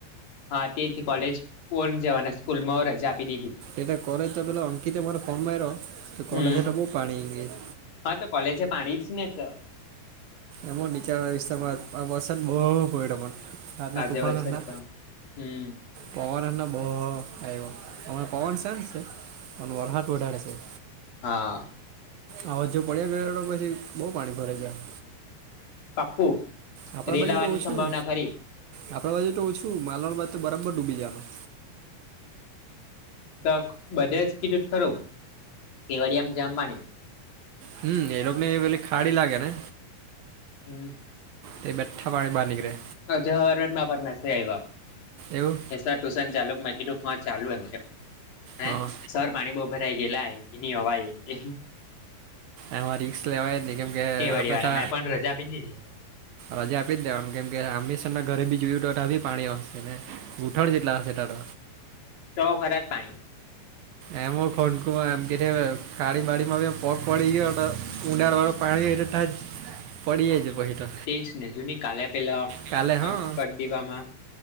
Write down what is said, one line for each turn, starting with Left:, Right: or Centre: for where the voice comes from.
Left: હા તેથી કોલેજ ઓર જવાના સ્કૂલ માં રજા આપી દીધી.
Right: એટ કોલેજ તો પેલે અંકિતે મરે ફોન માયરો તો કલેજો
Left: હમ
Right: ટો બહુ પાણી એમ કેય.
Left: હા તો કોલેજે પાણી જ નેહ તો.
Right: એમ હો નિચાણવાળા વિસ્તારમાં આ વરસાદ બો પયડો પણ. રાતના
Left: આજે
Right: તુફાનના
Left: વરસાદ જામ હમ
Right: પવન હાથના બો આયવો હમણાં પવન સેમ સે પણ વરહાદ વધારે છે.
Left: હા
Right: આવા જો પડ્યા કયરો પછી બઉ પાણી ભરાઈ જાહે.
Left: પાકુ
Right: આપણા
Left: રેલ
Right: બાજુ
Left: આવવાની
Right: તો ઓછું
Left: સંભાવના ખરી
Right: આપણા બાજુ તો ઓછું માલવાણમાં તો બરાબર ડૂબી જવાનું
Left: તો બધે જ કીડુંત ખરું કેવડિયામાં જામ પાણી.
Right: હમ એ લોકો ને એ પેલી ખાડી લાગે ને?
Left: હમ
Right: તે બેઠા પાણી બહાર નીકળે.
Left: આજે હવારમાં પર મેસેજ આવ્યા
Right: એવું
Left: <unintelligible> ટુશન ચાલુ કે મે કીધું હ ચાલુ એમ છે હે
Right: હા
Left: સર પાણી બહુ ભરાઈ ગેલા એન્કિ ની અવાય એન્કિ.
Right: એમાં રિક્સ લેવાય જ નહીં કેમ કે
Left: કેવાડી
Right: આપણે
Left: વાળા
Right: તો
Left: મેં પણ રજા આપી દીધી.
Right: રજા આપી જ દેવાનું કેમ કે અમીશન ઘરે બીજ ટટા બી પાણી હશે ગૂંઠણ જેટલા હશે ટાટ
Left: તો ખરા પાણી
Right: એમ ખોંકુમાં એમ કે ખાડી માડીમાં પગ પડી ગયો હતો ઉડાળ વાળો પાણી એટ તા પડી જાય જ બહી તો
Left: તેજને જોની કાલે પેલો
Right: કાલે હા
Left: કડીવામાં